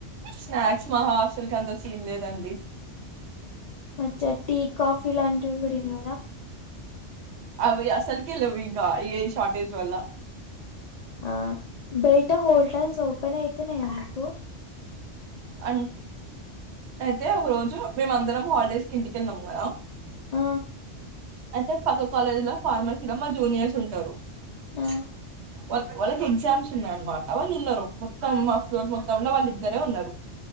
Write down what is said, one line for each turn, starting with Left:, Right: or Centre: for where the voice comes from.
Right: స్నాక్స్ మా హాస్టల్ కి అంతా సీన్ లేదండి
Left: అచ్చ టీ కాఫీ లాంటి కూడా ఇయారా
Right: అవి అసలుక లేవు ఇంకా ఏ షార్టేజ్ వల్ల
Left: ఆ బయట హోటల్స్ ఓపెన్ అవుతేన్నా అమకు
Right: అ అయితే ఒక రోజు మేమ అందరం హాలిడేస్ కి ఇంటికెళ్ళాము మదా
Left: ఆ
Right: అయితే పక్క కాలేజీ లో ఫార్మసీలో మా జూనియర్స్ ఉంటారు
Left: ఆ
Right: వా వాళ్ళకి ఎగ్జామ్స్ ఉన్నాయన్నమాట వాళ్ళు ఉన్నారు మొత్తం మా ఫ్లోర్ మొత్తంంలో వాళ్ళ ఇద్దరే ఉన్నారు